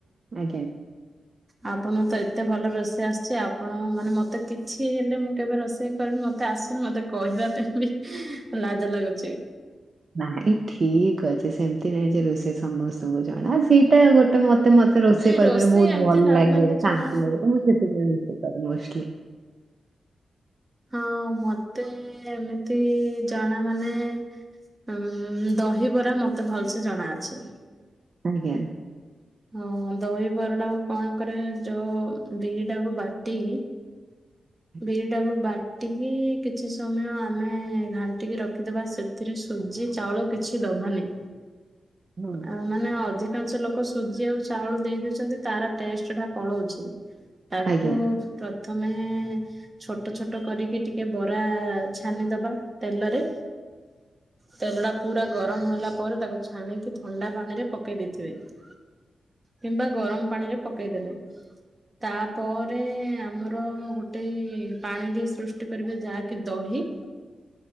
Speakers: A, on the right; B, on the right.
A: ଆଜ୍ଞା।
B: ଆପଣ ତ ଏତେ ଭଲ ରୋଷେଇ ଆସିଛି ଆପଣ ମାନେ ମତେ କିଛି ହେଲେ ମୁଁ କେବେ ରୋଷେଇ କ ମତେ ଆସନୁ ମତେ କହିବା ପାଇଁ ବି ଲାଜ ଲାଗୁଛି।
A: ନା ଏଇ ଠିକ ଅଛି ସେମତି ନାଇଁ ଯେ ରୋଷେଇ ସମସ୍ତଙ୍କୁ ଜଣା ସେଇଟା ଗୋଟେ ମତେ ତେ ମତେ ରୋଷେଇ
B: ନାଇଁ
A: କରିବାରେ ବହୁତ
B: ଏମିତି
A: ଭଲ
B: ନର୍ମାଲି
A: ଲାଗେ
B: ଜଣା
A: ଶାନ୍ତି ଲାଗେ ତ ମୁଁ ସେଥିପାଇଁ ରୋଷେଇ କରେ ମୁସକିଲ।
B: ହଁ ମତେ ଏମିତି ଜଣା ମାନେ ଉ ଦହିବରା ମତେ ଭଲସେ ଜଣା ଅଛି।
A: ଆଜ୍ଞା।
B: ହଁ ଦହିବରଟାକୁ କଣ କରେ ଯୋଉ ବିରିଟାକୁ ବାଟି କି?
A: <inaudible>
B: ବିରିଟାକୁ ବାଟିକି ବାଟିକି କିଛି ସମୟ ଆମେ ଘାଣ୍ଟିକି ରଖିଦେବା ସେଥିରେ ସୁଜି ଚାଉଳ କିଛି ଦେବାନି।
A: <inaudible> ହୁଁ
B: ଆ ମାନେ ଅଧିକାଂଶ ଲୋକ ସୁଜି ଆଉ ଚାଉଳ ଦେଇଦଉଛନ୍ତି ତାର ଟେଷ୍ଟ ଟା ପଳଉଛି ତାକୁ
A: ଆଜ୍ଞା
B: ତମେ? ଛୋଟ ଛୋଟ କରିକି ଟିକେ ବରା ଛାଣିଦବା ତେଲରେ। ତେଲ ଟା ପୁରା ଗରମ ହେଲା ପରେ ତାକୁ ଛାଣିକି ଥଣ୍ଡା ପାଣି ରେ ପକେଇ ଦେଇତେ ହୁଏ। କିମ୍ବା ଗରମ ପାଣି ରେ ପକେଇଦେବେ। ତାପରେ ଆମର ଗୋଟେ ପାଣିଟି ସୃଷ୍ଟି କରିବେ ଯାହାକି ଦହି
A: <inaudible>